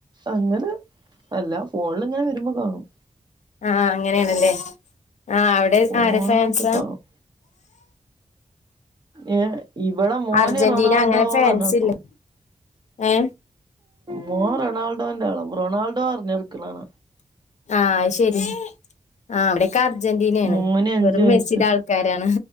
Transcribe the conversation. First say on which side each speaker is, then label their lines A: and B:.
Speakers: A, on the right; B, on the left.
A: അങ്ങനെ അല്ല, ഫോൺല്ങ്ങനെ വരുമ്പോ കാണും
B: ആഹ് അങ്ങനേണ്ലേ. ആ അവിടെ
A: ഫോണിലൊക്കെ
B: ആരെ ഫേൻസ
A: കാണും ഏ ഇവടെ മോന്
B: അർജന്റീന
A: റൊണാൾഡോന്ന
B: അങ്ങനെ ഫാൻസില്ലേ
A: ർഞ്ഞട്ക്കും
B: ഏഹ്
A: മോൻ റൊണാൾഡോന്റാള റൊണാൾഡോർഞ്ഞട്ക്ക്ണാണ
B: ആഹ് അയ് ശരി ആഹ് വിട്യൊക്കെ അർജന്റീനേണ്.
A: മോന് അഞ്ചു
B: വെറും
A: വയസ്സ്
B: മെസ്സിടെ ആൾക്കാരാണ്.